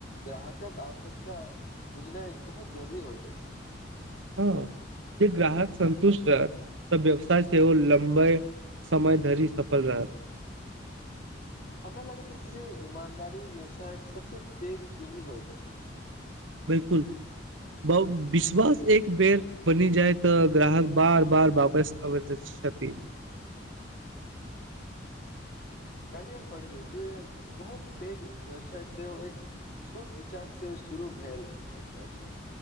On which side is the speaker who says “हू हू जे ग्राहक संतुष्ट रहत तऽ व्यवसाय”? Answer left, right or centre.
Right